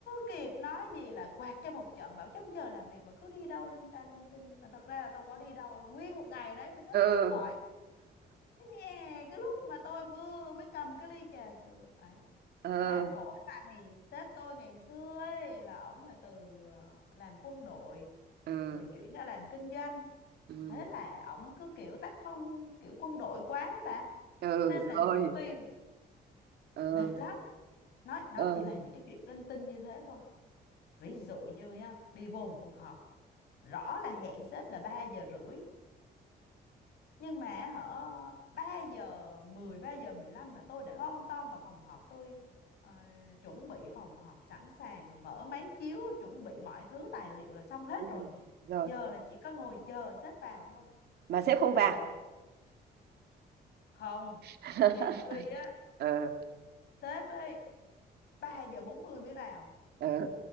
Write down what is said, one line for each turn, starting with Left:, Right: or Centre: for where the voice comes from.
Left: kịp nói gì là quạt cho một trận bảo trong giờ làm việc mà cứ đi đâu linh ta linh tinh. Mà thật ra là tôi có đi đâu đâu. Nguyên một ngày đấy, sếp
Right: ừ
Left: không gọi. Nè, cái lúc mà tôi vừa mới cầm cái ly trà sữa ấy
Right: ừ
Left: mà khổ này sếp tôi ngày xưa ấy là ổng là từ ờ, làm quân đội
Right: ừ
Left: rồi chuyển ra làm kinh doanh
Right: ừ
Left: thế là ổng cứ kiểu tác phong kiểu quân đội quá ấy bà
Right: ừ
Left: nên là
Right: rồi
Left: nhiều khi
Right: ừ
Left: mệt lắm nói nó
Right: ừ
Left: chỉ là những cái chuyện linh tinh như thế thôi ví dụ như nha đi vô một cuộc họp rõ là hẹn sếp là ba giờ rưỡi nhưng mà hở 3 giờ 10 3 giờ 15 là tôi đã lon ton vào phòng họp tôi ờ, chuẩn bị phòng họp sẵn sàng rồi mở máy chiếu chuẩn bị mọi thứ tài liệu là xong hết
Right: ừ,
Left: rồi
Right: rồi
Left: giờ là chỉ có ngồi chờ sếp vào thôi
Right: mà sếp không
Left: mà
Right: vào
Left: biết không
Right: <laughs>
Left: nhiều khi á
Right: ừ
Left: sếp ấy 3 giờ 40 mới vào
Right: ừ